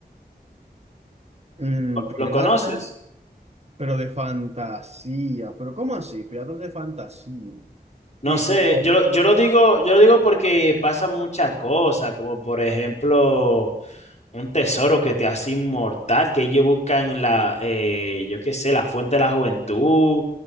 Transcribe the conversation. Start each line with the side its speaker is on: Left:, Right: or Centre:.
Right: Mm, piratas,
Left: ¿Lo conoces?
Right: pero de fantasía. ¿Pero cómo así? Piratas de fantasía.
Left: No
Right: Tipo,
Left: sé, yo, lo- yo lo digo, yo lo digo porque pasan muchas cosas, como por ejemplo un tesoro que te hace inmortal, que ellos buscan la, eh, yo qué sé, la fuente de la juventud,